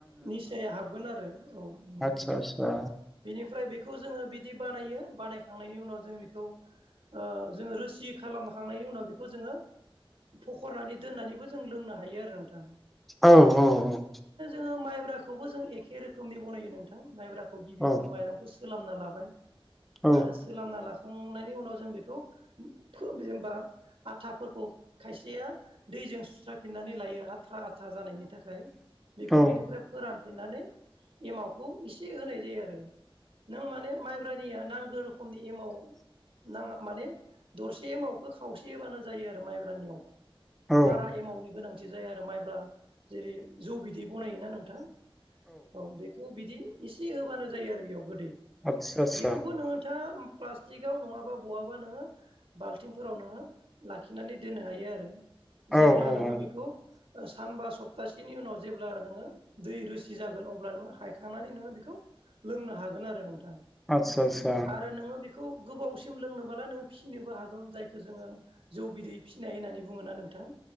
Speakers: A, on the right (about 70°); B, in the centre.
A: निसाया हाबगोन आरो औ नंगौ
B: आदसा
A: नोंथां।
B: आदसा
A: बेनिफ्राय बेखौ जोङो बिदि बानायो बानायखांनायनि उनाव जोङो बेखौ ओ जोङो रोसि खालामखांनायनि उनाव बेखौ जोङो फखरनानै दोननानैबो जों लोंनो हायो आरो नोंथां।
B: औ औ औ
A: ओ माइब्राखौबो जों एखे रोखोमनि बनायो नोंथां माइब्राखौ गिबियावनो
B: औ
A: माइरंखौ सोलामना लाबाय।
B: औ
A: आरो सोलामना लाखांनायनि उनाव जों बेखौ फो जेनेबा आथाफोरखौ खायसेया दैजों सुस्राफिननानै लायो आथा आथा जानायनि थाखाय बेखौ
B: औ
A: बिनिफ्राय फोरानफिननानै एमावखौ इसे होनाय जायो आरो। नों माने माइब्रानिया नांगौ रोखोमनि एमाव नाङा माने दरसे एमावखौ खावसे होबानो जायो आरो माइब्रानियावबा
B: औ
A: बारा एमावनि गोनां थि जाया आरो माइब्रा जेरै जौ बिदै बनायोना नोंथां? औ बेखौ बिदि एसे होबानो जायो आरो बेयाव गोदै।
B: आदसा आदसा
A: बेखौबो नोंथाङा प्लास्टिकआव नङाबा बहाबा नोङो बाल्थिंफोराव नोङो लाखिनानै दोननो हायो आरो। जेब्ला
B: औ औ
A: नोङो
B: औ
A: बेखौ सानबा सप्तासेनि उनाव जेब्ला नोङो दै रोसि जागोन अब्ला नोङ हायखांनानै नोङो बेखौ लोंनो हागोन आरो नोंथां।
B: आदसा आदसा
A: आरो नोङो बे खौ गोबावसिम लोंनोबोला नोंङो फिनोबो हागौ जायखौ जोङो जौ बिदै फिनाय होन्नानै बुङोना नोंथां?